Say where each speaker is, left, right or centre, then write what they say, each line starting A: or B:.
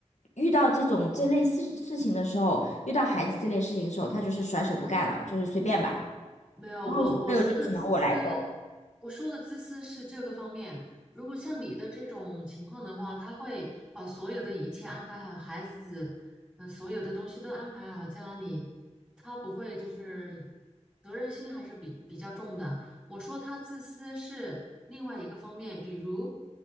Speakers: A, on the left (about 80°); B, in the centre.
A: 遇到这种这类事事情的时候，遇到孩子这类事情的时候，他就是甩手不干了，就是随便吧。
B: 没有，
A: 然后所有就只能我来兜。
B: 我我说的自私，我说的自私是这个方面。如果像你的这种情况的话，他会把所有的一切安排好，孩子，嗯、所有的东西都安排好，家里，他不会就是责任心还是比比较重的。我说他自私是另外一个方面，比如